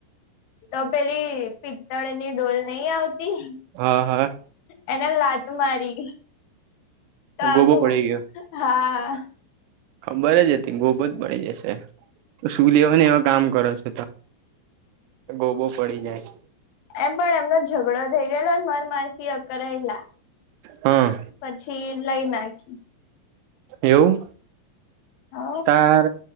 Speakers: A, on the left; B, on the right.
A: તો પેલી પિત્તળની ડોલ નહી આવતી?
B: હા હા,
A: એને લાત મારી તો
B: ગોબો
A: આખું
B: પડી ગયો
A: હા
B: ખબર જ હતી. ગોબો જ પડી જશે શું લેવાને એવા કામ કરો છ? ગોબો પડી જાય.
A: એમ પણ એમનો ઝઘડો થઈ ગયેલો માર માસી અકલાયેલા
B: હા
A: પછી લઈ ના-'
B: એવું
A: હ
B: તાર?